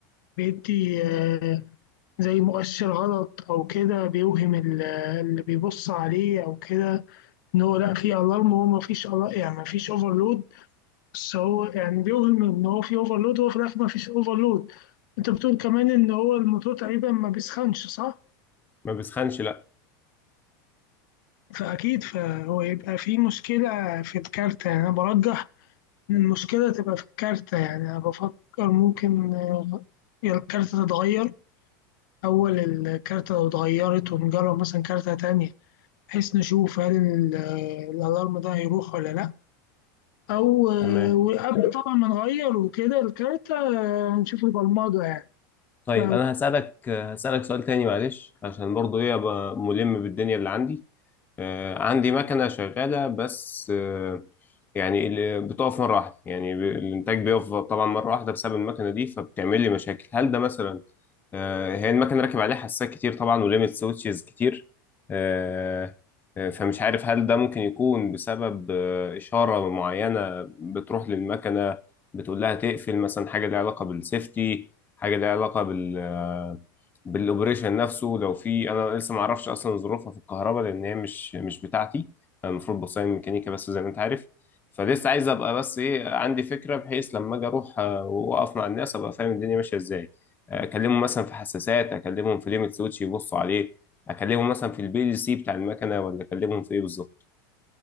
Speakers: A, on the left (about 70°); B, on the left (about 15°).
A: بيدي آه، زي مؤشر غلط أو كده بيوهم ال- اللي بيبص عليه أو كده إن هو لأ فيه ألارم هو مفيش ألارم يعني مفيش أوفرلود بس هو يعني بيوهم إن هو فيه أوفرلود هو في الآخر مفيش أوفرلود أنت بتقول كمان إن هو الموتور تقريبا ما بيسخنش صح؟
B: ما بسخنش لا
A: فأكيد فهو يبقى في مشكلة في الكارتة يعني أنا برجح إن المشكلة تبقى في الكارتة يعني أنا بفكر ممكن آه، يا الكارتة تتغير أول الكارتة لو اتغيرت ونجرب مثلا كارتة تانية بحيث نشوف هل ال- آه، الألارم ده هيروح ولا لأ أو آه،
B: تمام
A: وقبل طبعا ما نغير وكده الكارتة آه، نشوف البرمجة يعني
B: طيب
A: ف-
B: انا هسألك هسألك سؤال تاني معلش عشان برضو ايه ابقى ملم بالدنيا اللي عندي آه، عندي مكنة شغالة بس آه، يعني اللي بتقف مرة واحدة يعني ب- الإنتاج بيقف طبعا مرة واحدة بسبب المكنة دي فبتعمل لي مشاكل هل ده مثلا آه، هي المكنة راكب عليها حساسات كتير طبعا وليميت سويتشز كتير آه، آه، فمش عارف هل ده ممكن يكون بسبب آه، إشارة معينة بتروح للمكنة بتقول لها تقفل مثلا حاجة ليها علاقة بالسيفتي حاجة ليها علاقة بال آه، بالاوبريشن نفسه لو في انا لسه ما اعرفش اصلا ظروفها في الكهرباء لان هي مش مش بتاعتي انا المفروض بصمم ميكانيكا بس زي ما انت عارف فلسه عايز ابقى بس ايه عندي فكرة بحيث لما اجي اروح آه، واقف مع الناس ابقى فاهم الدنيا ماشية ازاي اكلمهم مثلا في حساسات اكلمهم في ليميت سويتش يبصوا عليه اكلمهم مثلا في البي ال سي بتاع المكنه ولا اكلمهم في ايه بالظبط